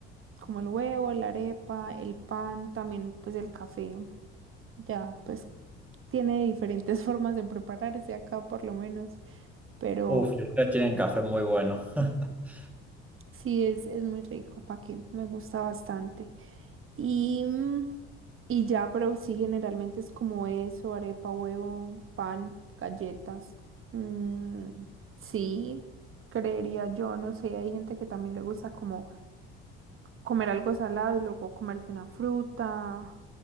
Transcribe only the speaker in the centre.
Uf, y ustedes tienen café muy bueno. <laughs>